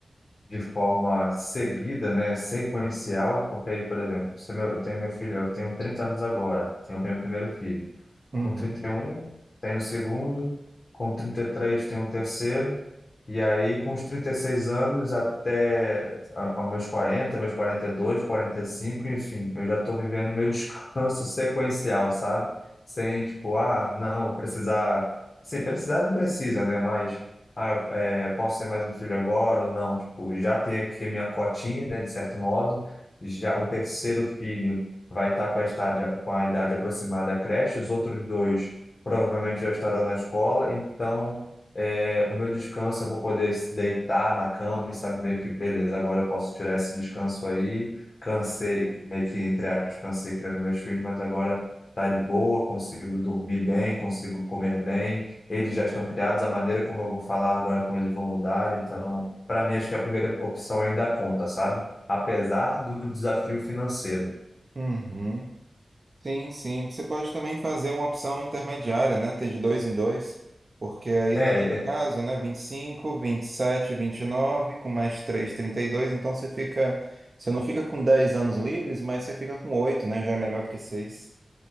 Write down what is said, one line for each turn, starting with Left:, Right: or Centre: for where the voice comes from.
Left: de forma seguida, né, sequencial, porque aí, por exemplo, se meu, eu tenho meu filho, eu tenho 30 anos agora, tenho meu primeiro filho.
Right: Uhum,
Left: Com 31, tenho o segundo, com 33, tenho o terceiro, e aí com os 36 anos até a- aos meus 40, meus 42, 45, enfim, eu já estou vivendo meu <laughs> descanso sequencial, sabe? Sem, tipo, ah, não, vou precisar... Sim, precisar não precisa, né? Mas... ah, é, posso ter mais um filho agora ou não? Tipo, já tem aqui a minha cotinha, né, de certo modo. Já o terceiro filho vai estar com a estádia, com a idade aproximada à creche, os outros dois provavelmente já estarão na escola, então é, o meu descanso eu vou poder se deitar na cama e saber que, beleza, agora eu posso tirar esse descanso aí. Cansei, meio que entre aspas, cansei criando meus filhos, mas agora tá de boa, consigo dormir bem, consigo comer bem eles já estão criados, a maneira como eu vou falar agora, como eles vão mudar. Então, para mim, acho que a primeira opção ainda conta, sabe? Apesar do desafio financeiro.
Right: uhum. Sim, sim. Você pode também fazer uma opção intermediária, né? Ter de dois em dois. Porque aí,
Left: É,
Right: nesse
Left: é,
Right: caso, né? vinte vinte e e cinco vinte e sete vinte e nove com mais três trinta e dois Então você fica. Você não fica com 10 anos livres, mas você fica com oito né? Já é melhor do que 6.